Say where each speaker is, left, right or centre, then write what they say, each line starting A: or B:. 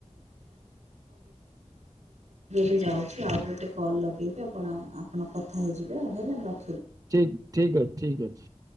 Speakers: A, on the right; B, on the right.
A: <inaudible> ଯାଉଛି ଆଉ ଗୋଟେ କଲ୍ ଲଗେଇବେି ଆପଣ ଆପଣ କଥା ହେଇଯିବେ ଆଉ ହେଲେ
B: ଠିକ ଠିକ ଅଛି ଠିକ ଅଛି